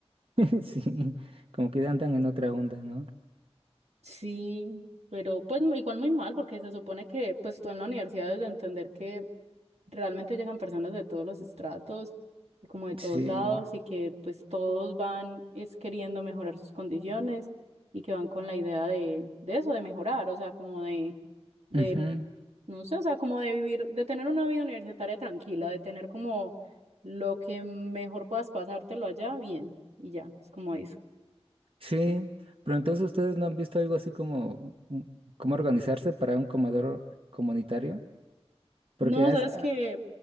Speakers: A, on the right; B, on the right.
A: <laughs> sí, como que andan en otra onda, ¿no?
B: Sí, pero pues mu- igual muy mal, porque se supone que pues tú en la universidad debes de entender que realmente llegan personas de todos los estratos y como de todos
A: Sí.
B: lados y que pues todos van es queriendo mejorar sus condiciones y que van con la idea de, de eso, de mejorar, o sea, como de, de,
A: Ujú,
B: no sé, o sea, como de vivir, de tener una vida universitaria tranquila, de tener como lo que mejor puedas pasártelo allá, bien, y ya, es como eso.
A: Sí, pero entonces ustedes no han visto algo así como un- cómo organizarse para un comedor comunitario. Porque
B: No,
A: has-
B: sabes
A: a-
B: que,